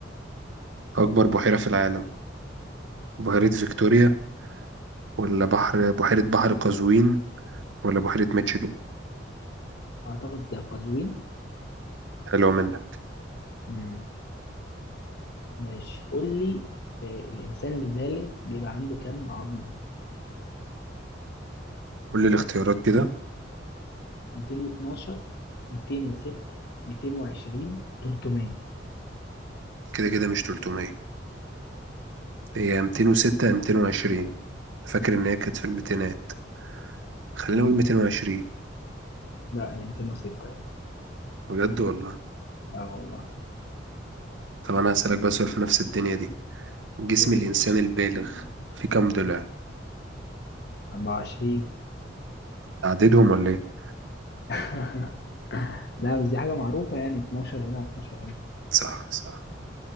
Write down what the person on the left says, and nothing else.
اعتقد ده قزوين
مم. ماشي قول لي آه، الإنسان البالغ بيبقى عنده كام عظمة؟
212 206 220 300
مم.
لا هي 206 بقى.
اه والله
قول
لي يا باشا
آه، 24
<laughs> لا بس دي حاجة معروفة يعني 12 هنا و12 هنا